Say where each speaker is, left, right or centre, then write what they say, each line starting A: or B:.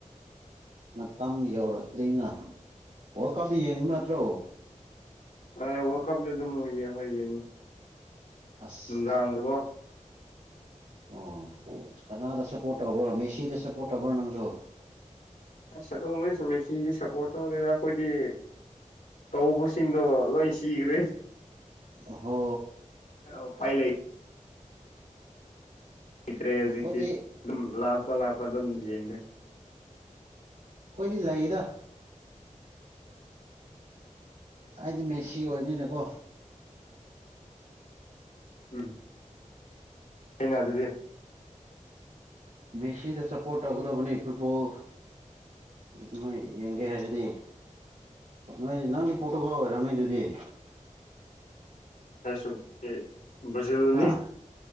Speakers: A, on the right; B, on the left.
A: ꯃꯇꯝ ꯌꯧꯔꯛ ꯇ꯭ꯔꯤꯅ ꯋꯥꯜ ꯀꯞꯇꯤ ꯌꯦꯡꯕ ꯅꯠꯇ꯭ꯔꯣ
B: ꯑ ꯋꯥꯜ ꯀꯞꯗꯨ ꯑꯗꯨꯝ ꯌꯦꯡꯉꯦ ꯍꯣꯏ ꯌꯦꯡꯉꯤ
A: ꯑꯁ
B: ꯅꯨꯡꯗꯥꯡꯒꯀꯣ
A: ꯑꯣ ꯀꯅꯥꯗ ꯁꯞꯄꯣꯔꯠ ꯇꯧꯕ꯭ꯔꯣ ꯃꯦꯁꯤꯗ ꯁꯞꯄꯣꯔꯠ ꯇꯧꯕ꯭ꯔꯣ ꯅꯪꯁꯨ
B: ꯑꯁ ꯑꯗꯨꯒꯨꯝꯕꯩ ꯃꯦꯁꯤꯗꯤ ꯁꯞꯄꯣꯔꯠ ꯇꯧꯗꯦꯗ ꯑꯩꯈꯣꯏꯗꯤ ꯇꯧꯕꯁꯤꯡꯗꯣ ꯂꯣꯏ ꯁꯤꯈ꯭ꯔꯦ
A: ꯑꯍꯣ
B: ꯎꯄꯥꯏ ꯂꯩ ꯇ꯭ꯔꯦ ꯍꯧꯖꯤꯛꯇꯤ
A: ꯑꯩꯈꯣꯏꯗꯤ
B: ꯑꯗꯨꯝ ꯂꯥꯛꯄ ꯂꯥꯛꯄ ꯑꯗꯨꯝ ꯌꯦꯡꯉꯦ
A: ꯑꯩꯈꯣꯏꯗꯤ ꯂꯩꯗ ꯑꯩꯗꯤ ꯃꯦꯁꯤ ꯑꯣꯏꯕꯅꯤꯅꯀꯣ
B: ꯎꯝ ꯐꯩꯅ ꯑꯗꯨꯗꯤ
A: ꯃꯦꯁꯤꯗ ꯁꯞꯄꯣꯔꯠ ꯇꯧꯒꯗꯕꯅꯤ ꯐꯨꯠꯕꯣꯜ ꯅꯣꯏ ꯌꯦꯡꯒꯦ ꯍꯥꯏꯔꯗꯤ ꯅꯣꯏꯗꯤ ꯅꯪꯗꯤ ꯄꯣꯇꯨꯒꯜ ꯑꯣꯏꯔꯝꯅꯤ ꯑꯗꯨꯗꯤ
B: ꯍꯥꯏꯁꯨ ꯑꯦ ꯕ꯭ꯔꯖꯤꯜꯅꯤ
A: ꯍꯥ